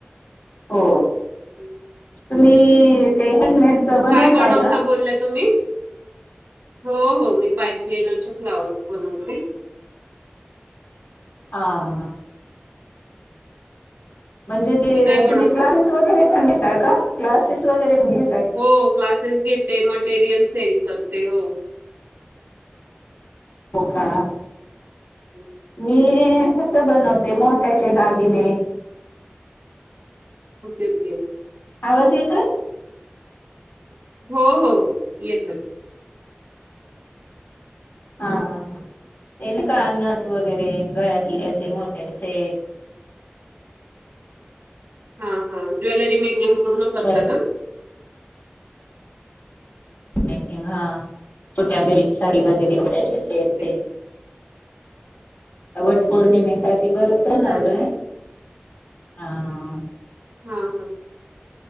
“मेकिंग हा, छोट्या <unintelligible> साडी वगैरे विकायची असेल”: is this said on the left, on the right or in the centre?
Left